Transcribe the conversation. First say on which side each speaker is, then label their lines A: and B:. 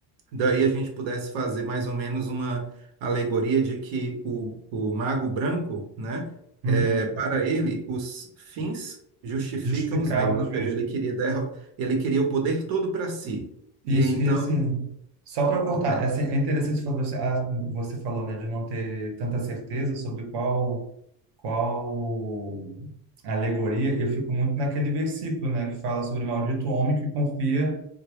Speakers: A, on the right; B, on the right.
A: daí a gente pudesse fazer mais ou menos uma alegoria de que o, o mago branco, né, é,
B: Uhum.
A: para ele, os fins justificam
B: Justificar
A: os meios, ou
B: os meios.
A: seja, ele queria, derro- ele queria o poder todo para si.
B: Isso,
A: E então.
B: e assim, só para cortar,
A: Vai.
B: é, assim, é interessante quando você, ah, você falou, né, de não ter tanta certeza sobre qual, qual alegoria, eu fico muito naquele versículo, né, que fala sobre o maldito homem que confia